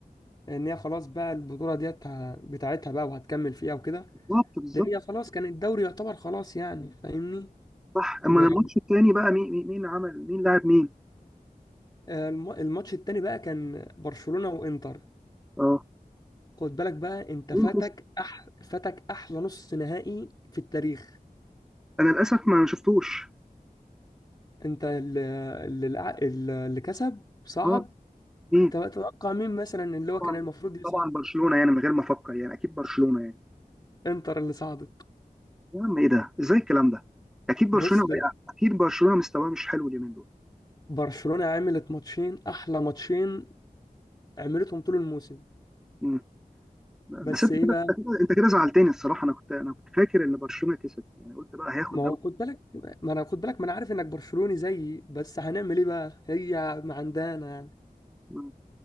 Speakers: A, on the left; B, in the centre.
A: ان هي خلاص بقى البطوله ديت ه- بتاعتها بقى وهتكمل فيها وكده
B: بالظبط بالظبط
A: لان هي خلاص كان الدوري يعتبر خلاص يعني فاهمني
B: صح اما
A: ما-
B: الماتش التاني بقى مين مين مين عمل مين لاعب مين
A: الم- الماتش التاني بقى كان برشلونه وانتر
B: اه
A: خد بالك بقى انت
B: مين
A: فاتك
B: كسب
A: أح... فاتك احلى نص نهائي في التاريخ
B: انا للاسف ما شفتوش
A: انت اللي, اللي, اللي كسب صعد
B: اه مين
A: تبقى تتوقع مين مثلا اللي هو
B: طبعا
A: كان المفروض يصعد
B: طبعا برشلونه يعني من غير ما افكر يعني اكيد برشلونه يعني
A: انتر اللي صعدت
B: يا عم ايه ده ازاي الكلام ده اكيد برشلونه
A: بص
B: وقع اكيد برشلونه مستواه مش حلو اليومين دول
A: برشلونه عملت ماتشين احلى ماتشين عملتهم طول الموسم
B: مم. بس
A: بس
B: انت
A: ايه
B: كده
A: بقى
B: انت كده انت كده زعلتني الصراحه انا كنت انا كنت فاكر ان برشلونه كسب يعني قلت بقى هياخد
A: ما
B: دوري
A: هو خد بالك ما انا خد بالك ما انا عارف انك برشلوني زيي بس هنعمل ايه بقى هي ما عندنا يعني
B: مم.